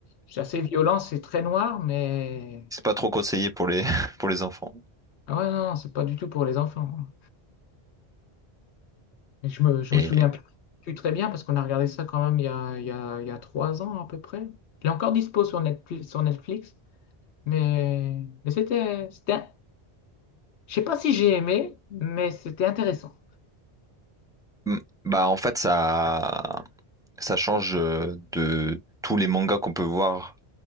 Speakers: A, on the left; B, in the centre.
A: c'est assez violent, c'est très noir, mais
B: C'est pas trop conseillé pour les <laughs> pour les enfants.
A: ah ouais, non, non, c'est pas du tout pour les enfants. Et je me, je
B: Et
A: me souviens plus très bien parce qu'on a regardé ça quand même il y a, il y a, il y a trois ans à peu près. Il est encore dispo sur Netflix, sur Netflix, mais, mais c'était, c'était, je sais pas si j'ai aimé, mais c'était intéressant.
B: mm, bah en fait ça. Ça change euh, de tous les mangas qu'on peut voir